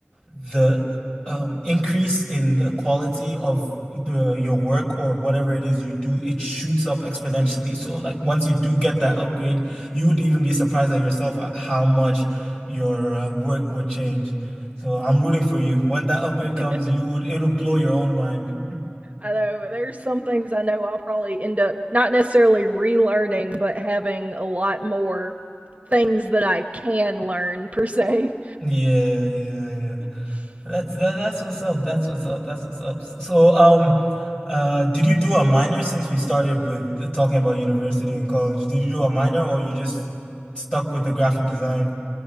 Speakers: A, on the left (about 25°); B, on the right (about 35°).
A: the um, increase in the quality of the, your work or whatever it is you do, it shoots up exponentially. So like once you do get that upgrade, you would even be surprised at yourself at how much your uh, work would change. So I'm rooting for you. When that upgrade
B: <laughs>
A: comes, you would it'll blow your own mind.
B: Although there's some things I know I'll probably end up not necessarily relearning, but having a lot more things that I can learn per se.
A: Yeah, yeah, yeah.
B: <laughs>
A: That's that, that's what's up. That's what's up. That's what's up. So, um, uh, did you do a minor since we started with the, talking about university and college? Did you do a minor or you just stuck with the graphic design?